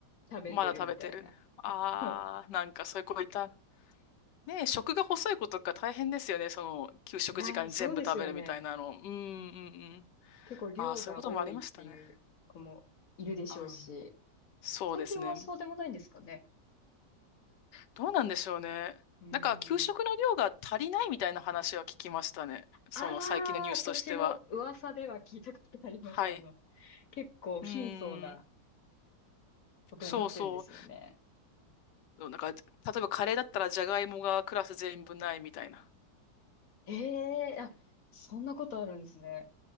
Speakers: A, on the left (about 55°); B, on the left (about 75°).
A: 食べてるみたいな。
B: まだ食べてる。ああ、
A: <laughs>
B: なんかそういう子いた。ねえ、食が細い子とか大変ですよね。その、給食時間に全部食べるみたいなの。
A: いやー、そうですよね。
B: うん、うん、うん。
A: 結構量が多いっていう子もいるでしょうし、
B: ああ、そういうこともありましたね。ああ、そうですね。
A: 最近はそうでもないんですかね。
B: どうなんでしょうね。
A: うーん。
B: なんか、給食の量が足りないみたいな話は聞きましたね。その、
A: ああ、
B: 最近のニュースとしては。
A: 私も噂では聞いたことあります。
B: はい。
A: あの、結構貧相な
B: うーん。
A: ことになってるんですよね。
B: そうそう。なんか、例えばカレーだったらじゃがいもがクラス全部ないみたいな。
A: ええあ、そんなことあるんですね。